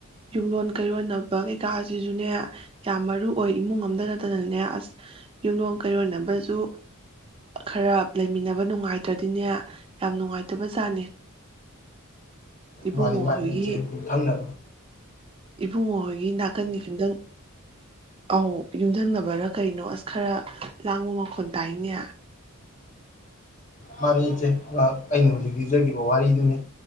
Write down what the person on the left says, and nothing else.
ꯃꯥꯅꯤ - ꯃꯥꯅꯤ
ꯏꯆꯦ ꯌꯨꯝ ꯊꯪ ꯅ
ꯃꯥꯅꯤ ꯏꯆꯦ ꯉꯍꯥꯛ ꯑꯩꯅ ꯍꯧꯖꯤꯛ ꯂꯤꯖꯈꯤꯕ ꯋꯥꯔꯤꯗꯨꯅꯤ